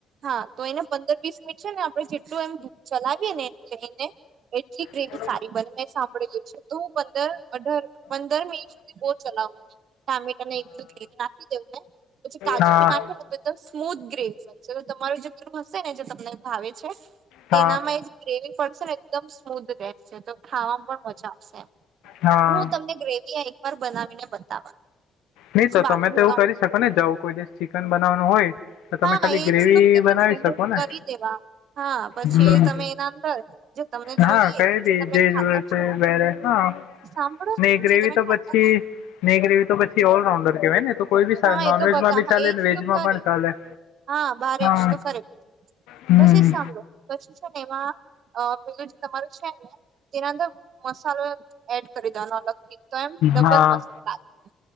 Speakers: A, on the right; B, on the left.
A: હા તો એને પંદર વીસ મિનિટ છે ને આપ જેટલું એમ ચલાવી એને લઈને એટલી ગ્રેવી
B: હા
A: સારી બને મે સાંભળેલું છે. તો હું પંદર અઢાર પંદર મિનિટ સુધી બહ ચલાવુ ને ટમેટા ને એ બધું લે નાખી દેવ ને પછી કાજુ
B: હા
A: બી નાખે ને તો એકદમ સ્મૂથ ગ્રેવી તમારું જે પેલું હશે ને જે તમને ભાવે છે તે
B: હા
A: એનામાં એક ગ્રેવી પડશે ને એકદમ સ્મૂધ રહેશે તો ખાવામાં પણ મજા આવશે
B: હા
A: હું તમને ગ્રેવી પર બનાવીને બતાવા
B: નહી
A: પછી
B: તો
A: બાકીનું
B: તમે તેવું
A: કામ
B: કરી શકો ને જો આવું કોઈ દિવસ ચિકન બનાવાનું હોય તો
A: હા
B: તમે ખાલી
A: એજ
B: ગ્રેવી
A: તો કે
B: બનાવી
A: છું
B: શકો
A: હું કરી
B: ને
A: દેવા હા પછી
B: હમ.
A: એ તમે એના અંદર જે તમને
B: હા
A: જોઈએ
B: કઈ ભી
A: તમે
B: જે
A: ખાતા
B: જુએ છે
A: છો
B: વરે હા
A: સાંભળો
B: ને ગ્રેવી
A: જે તમે
B: તો
A: ખાતા
B: પછી ને ગ્રેવી તો પછી ઓલ રાઉન્ડર કેવાય ને એ તો કોઈ બી ચાલે
A: હા
B: નોનવેજમાં
A: એ તો બધા
B: બી
A: હા
B: ચાલે
A: એજ
B: ને વેજમાં
A: તો કરે
B: પણ ચાલે
A: હા બાર
B: હા
A: જ તો કરે
B: હમ
A: પછી સાંભળો પછી છે ને એમાં અ પેલું જે તમારું છે, ને તેના અંદર મસાલો એડ કરી દેવાનો અલગથી તો એમ ડબલ
B: હા
A: મસ્ત લાગે